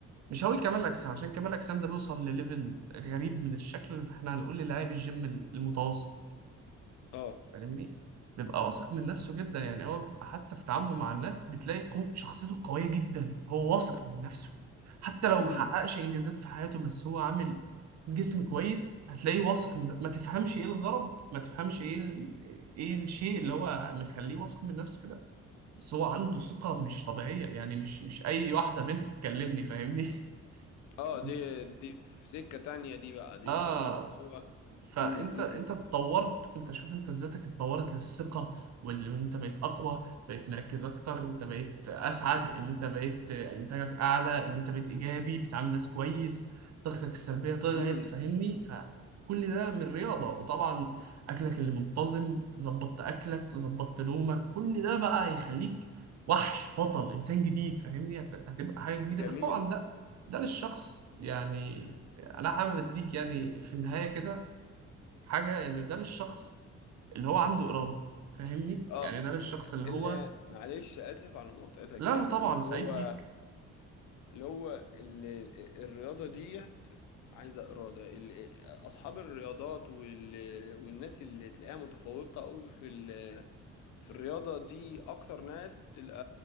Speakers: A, on the right; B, on the left.
A: مش هقول كمال أجسام عشان كمال أجسام ده بيوصل لليفل غريب من الشكل فاحنا هنقول للاعب الجيم المتوسط
B: اه
A: فاهمني بيبقى واثق من نفسه جدا يعني هو بيبقى حتى في تعامله مع الناس بتلاقي قو... شخصيته قوية جدا هو واثق من نفسه حتى لو
B: امم
A: محققش إنجازات في حياته بس هو عامل جسم كويس هتلاقيه واثق من... ما تفهمش إيه الغرض ما تفهمش إيه ال... إيه الشيء اللي هو مخليه واثق من نفسه كده بس هو عنده ثقة مش طبيعية يعني مش مش أي واحدة بنت تكلمني فاهمني
B: اه
A: <laughs>
B: دي دي في سكه تانية دي بقى دي
A: آه
B: في سكه ان هو
A: فانت
B: امم امم
A: انت اتطورت انت شوف انت ذاتك اتطورت للثقه وال- وان انت بقيت اقوى بقيت مركز اكتر انت بقيت اسعد ان انت بقيت انتاجك اعلى ان انت بقيت ايجابي بتعامل ناس كويس طاقتك السلبيه طلعت
B: امم
A: فاهمني فكل ده من رياضه وطبعا اكلك اللي منتظم ظبطت اكلك ظبطت نومك كل ده بقى هيخليك وحش بطل انسان جديد فاهمني هت- هتبقى حاجه جديده
B: جميل
A: بس طبعا ده ده للشخص يعني انا حابب اديك يعني في النهايه كده حاجة إن ده للشخص اللي هو عنده إرادة فاهمني
B: اه
A: يعني ده للشخص اللي
B: اللي
A: هو
B: معلش اسف على مقاطعتك
A: لا
B: يعني
A: أنا طبعا
B: اللي
A: سعيد
B: هو
A: بيك
B: اللي هو ال- الرياضة ديت عايزة إرادة ال- أصحاب الرياضات وال- والناس اللي تلاقيها متفوقة أوي في ال- في الرياضة دي أكتر ناس تلقى